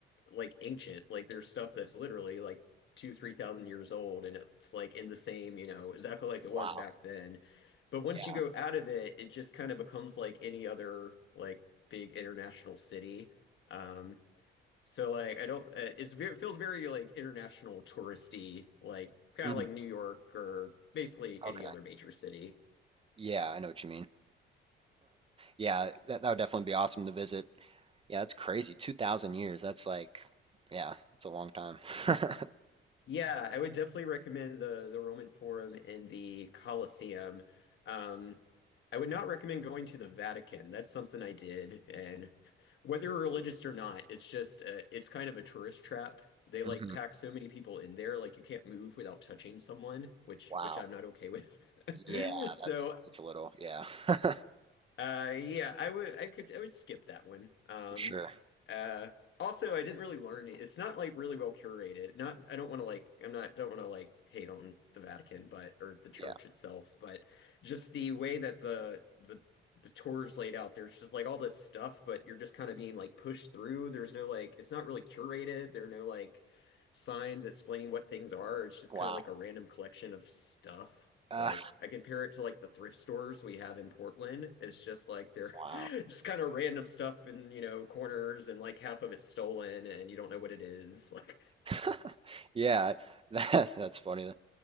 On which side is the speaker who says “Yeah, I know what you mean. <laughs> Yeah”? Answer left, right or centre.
Right